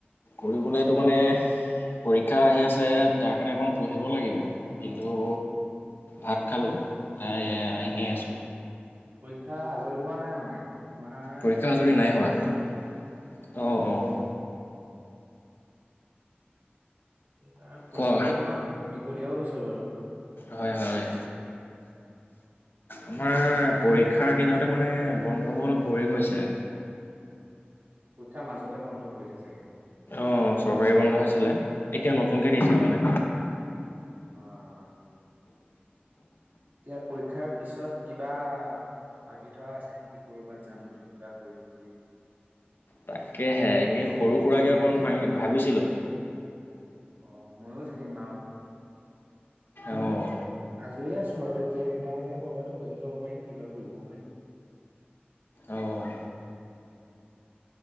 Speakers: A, on the left; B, on the right.
A: পঢ়বলৈতো মানে পৰীক্ষা আহি আছে তাৰ কাৰণে অকণ পঢ়িব লাগিব কিন্তু ভাত খালোঁ ত এনেই আছোঁ
B: পৰীক্ষা আজৰি হোৱা নাই মানে আমাৰ
A: পৰীক্ষা
B: খিনি
A: আঁজৰি
B: কিন্তু
A: নাই
B: আজৰি
A: হোৱা
B: হৈ গ'ল
A: অঁ অঁ
B: এইবাৰ পৰীক্ষাবোৰ
A: কোৱা
B: অলপ দীঘলীয়াও হৈছে বাৰু
A: হয় হয় আমাৰ পৰীক্ষাৰ দিনতে মানে বন্ধ হ'ব অলপ পৰি গৈছে
B: পক্ষীৰ মাজতে বন্ধ পৰিছে চাগে
A: অ চৰকাৰী বন্ধ আছিলে এতিয়া নতুনকে দিছে মানে।
B: হয় হয় এতিয়া পৰীক্ষাৰ পিছত কিবা ভাবি থোৱা আছে নেকি কৰবাত যাম বুলি কিবা কৰিম বুলি।
A: তাকেহে এনেই সৰু সুৰাকৈ অকণ ভাঙি ভাবিছিলোঁ।
B: অ ময়ো থাকিম আৰু
A: অ'
B: আজৰি আছো বাৰু এতিয়া সেইকাৰণে কৰবাত ওলাইও যাব পাৰিম কিবা কৰিবও পাৰিম।
A: অ'